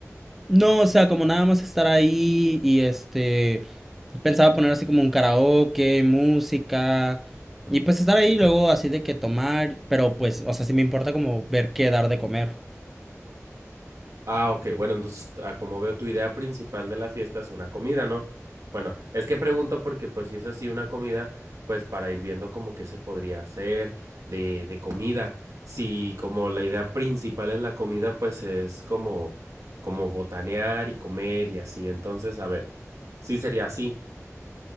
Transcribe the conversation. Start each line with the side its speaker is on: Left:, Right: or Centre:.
Centre: No, o sea, como nada más estar ahí y este, pensaba poner así como un karaoke, música y pues estar ahí luego así de que tomar, pero pues, o sea, sí me importa como ver qué dar de comer.
Right: Ah, ok. Bueno, entonces, ah, como veo, tu idea principal de la fiesta es una comida, ¿no? Bueno, es que pregunto porque, pues, si es así una comida, pues, para ir viendo como qué se podría hacer de, de comida. Si como la idea principal es la comida, pues es como, como botanear y comer y así. Entonces, a ver, sí sería así.